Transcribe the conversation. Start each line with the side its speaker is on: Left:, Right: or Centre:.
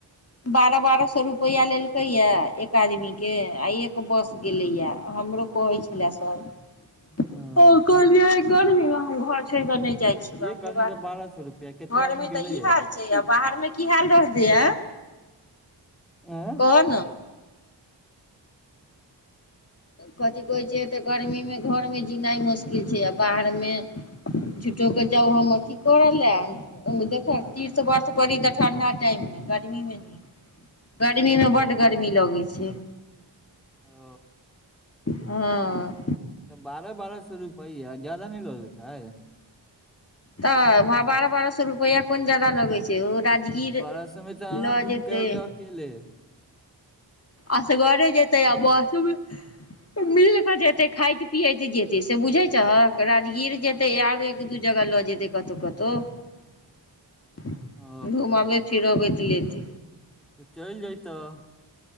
Left: बारह बारह सौ रुपैआ लेलकै य एक आदमी के आइ एक बस गेलैयए हमरो कहै छलै सब।
Centre: अ,
Left: ओ कहलियई गर्मी मे हम घर छै नई जाइ छी बाप
Centre: एक आदमी
Left: र बाप,
Centre: तऽ बारह सए रुपआ कते
Left: घर
Centre: आदमी
Left: मे तऽ
Centre: गेले
Left: ई
Centre: या
Left: हाल छै आ बाहर मे की हाल रहतेय
Centre: आँय
Left: कह न ज कथिी कहैत छै तऽ गर्मीमे घरमे जीनाइ मुश्किल छैआ, बाहर मे झुटोक कऽ जाउ हम अथी करऽ लए देखब तीर्थ वर्त पड़ी तऽ ठण्ढा टाइममे गर्मीमे नहि, गर्मीमे बड्ड गर्मी लगै छै।
Centre: ओ।
Left: हँ।
Centre: तऽ बारह बारह सौ रुपैआ ज्याददा नहि लगइत हई।
Left: तऽ बारह बारह सौ रुपैआ कौन जदा लगै छै ओ राजगीर
Centre: बारह समे तऽ अहाँ
Left: लऽ
Centre: घुमि
Left: जेतै
Centre: कऽ आजाउ अकेले।
Left: असगरे जेतै आ बस मिल कऽ जेतै खाइत पियत जेतै से बुझै छह राजगीर जेतै आरो एक दू जगह लऽ जेतै कतहु कतहु।
Centre: ओ
Left: घुमबै फिरबै लेत
Centre: तऽ चईल जयतऽ।